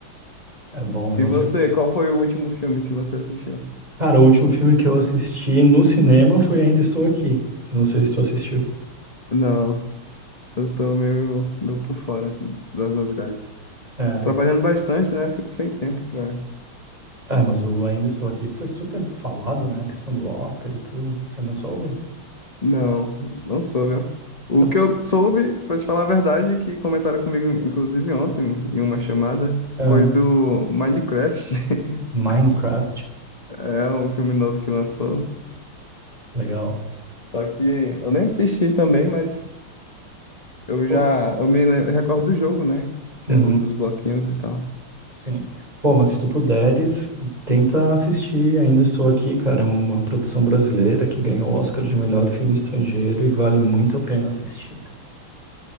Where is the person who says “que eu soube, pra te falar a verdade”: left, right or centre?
Left